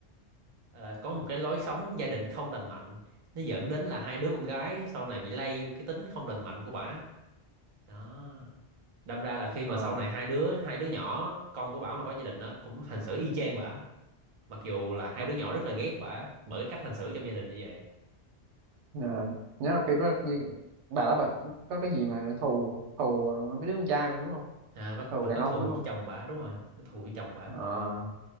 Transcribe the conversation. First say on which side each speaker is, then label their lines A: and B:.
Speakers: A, on the right (about 45°); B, on the right (about 85°).
A: ờ, có một cái lối sống gia đình không lành mạnh nó dẫn đến là hai đứa con gái sau này bị lây cái tính không lành mạnh của bà, đó đâm ra là khi mà
B: à,
A: sau này hai đứa hai đứa nhỏ con của bà mà có gia đình đó cũng hành xử y chang bà, mặc dù là hai
B: à,
A: đứa nhỏ rất là ghét bà bởi cái cách hành xử trong gia đình như vậy
B: à, nhớ là phim đó như bà đó bà có cái gì mà thù thù ờ, mấy đứa con trai mà đúng không
A: à bà,
B: thù
A: bà
B: đàn
A: có
B: ông
A: thù
B: mà
A: với
B: đúng không
A: chồng bà đúng rồi có thù với chồng bà
B: à,